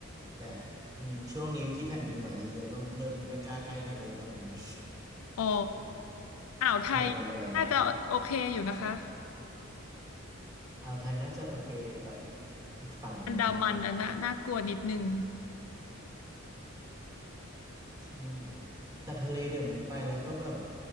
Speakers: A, on the right (about 20°); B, on the left (about 85°).
A: แต่อืมช่วงนี้ที่แผ่นดินไหวเยอะๆก็เริ่มไม่กล้าใกล้ทะเลแล้วเหมือนกัน
B: อ๋ออ่าวไทยน่าจะโอเคอยู่นะคะ
A: แอบระแวงอ่าวไทยน่าจะโอเค แต่อีกอีกฝั่งหนึ่งนี่
B: อันดามันนะน่ะน่ากลัวนิดนึง
A: ใช่ แต่ทะเลเดี๋ยวนี้ไปแล้วก็แบบ